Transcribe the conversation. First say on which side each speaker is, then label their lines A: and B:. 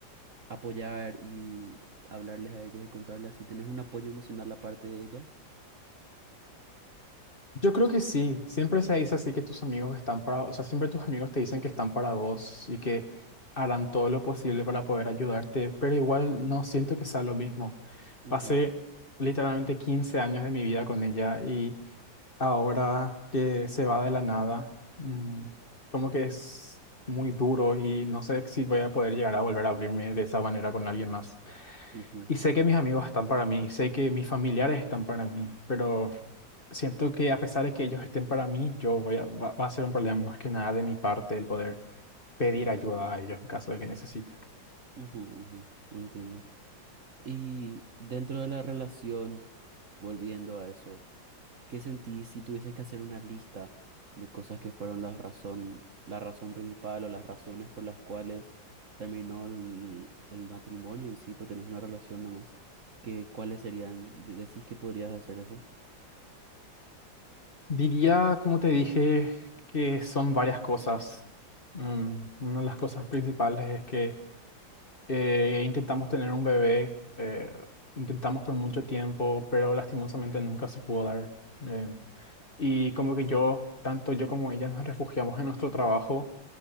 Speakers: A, on the right; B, on the left.
A: apoyar y hablarles a ellos y contarles así, tenés un apoyo emocional aparte de ella.
B: Yo creo que sí, siempre se dice así que tus amigos están para, o sea, siempre tus amigos te dicen que están para vos y que harán todo lo posible para poder ayudarte, pero igual no siento que sea lo mismo.
A: Ujú,
B: Pasé literalmente 15 años de mi vida con ella y ahora que se va de la nada, mm, como que es muy duro y no sé si voy a poder llegar a volver a abrirme de esa manera con alguien más.
A: ujú,
B: Y sé que mis amigos están para mí, sé que mis familiares están para mí, pero siento que a pesar de que ellos estén para mí, yo voy a, va, va a ser un problema más que nada de mi parte el poder pedir ayuda a ellos en caso de que necesite.
A: ujú, ujú, no Entiendo. Y dentro de la relación, volviendo a eso, ¿qué sentís si tuvieses que hacer una lista de cosas que fueron la razón, la razón principal o las razones por las cuales terminó el, el matrimonio en sí, porque no es una relación nomás? ¿Qué, cuáles serían? de- ¿Decís que podrías hacer eso?
B: Diría, como te dije, que son varias cosas. Mm, una de las cosas principales es que Eh, intentamos tener un bebé, eh, intentamos por mucho tiempo, pero lastimosamente nunca se pudo dar. eh, y como que yo, tanto yo como ella, nos refugiamos en nuestro trabajo